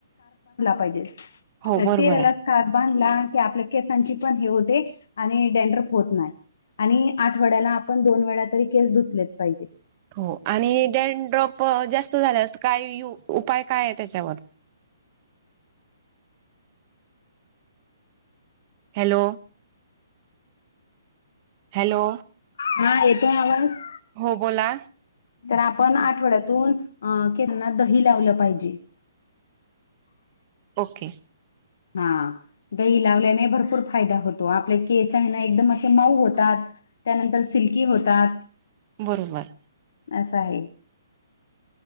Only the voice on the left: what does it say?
बधजे
चे्याला
कारबानला की आपल्या केसांची पण हे होते आणि डेनडरप होत नाही आणि आठवड्याला आपण दोन वेळा तरी केस धुतलेत पाहिजे
हा येतोय आवाज
तर आपण आठवड्यातून अ केना दही लावलं पाहिजे
हा दही लावल्याने भरपूर फायदा होतो आपले केस आहे ना एकदम असे मऊ होतात त्यानंतर सिल्की होतात
असं आहे